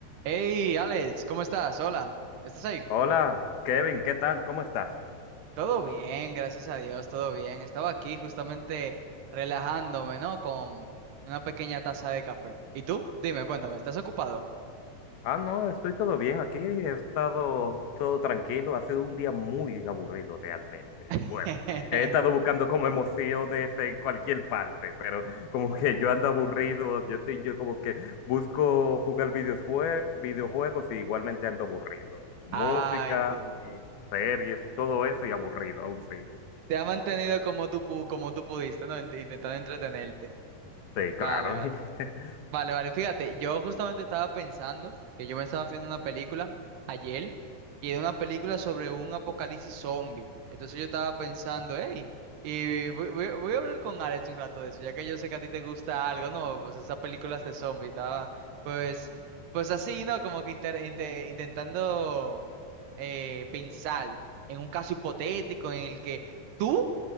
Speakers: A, on the right; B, on the left.
A: Hey, Alex, ¿cómo estás? Hola, ¿estás ahí?
B: Hola, Kevin, ¿qué tal? ¿Cómo estás?
A: Todo bien, gracias a Dios, todo bien. Estaba aquí justamente relajándome, ¿no? Con una pequeña taza de café. ¿Y tú? Dime, cuéntame, ¿estás ocupado?
B: Ah, no, estoy todo bien aquí, he estado todo tranquilo, ha sido un día muy aburrido realmente.
A: <laughs>
B: Y bueno, he estado buscando como emociones en cualquier parte, pero como que yo ando aburrido, yo estoy, yo como que busco jugar videojue- videojuegos y igualmente ando aburrido. Música
A: Ah, entiendo.
B: y series, todo eso y aburrido, aún sigo.
A: Te ha mantenido como tú, pu- como tú pudiste, ¿no? Int- Intentando entretenerte.
B: Sí, claro,
A: Vale, vale.
B: <laughs>
A: Vale, vale, fíjate, yo justamente estaba pensando que yo me estaba viendo una película ayer y era una película sobre un apocalipsis zombie. Entonces yo estaba pensando, hey, y voy, voy- voy a hablar con Alex un rato de eso, ya que yo sé que a ti te gusta algo, ¿no? Pues esas películas de zombie, estaba, pues, pues así, ¿no? Como que inter- inte- intentando eh, pensar en un caso hipotético en el que tú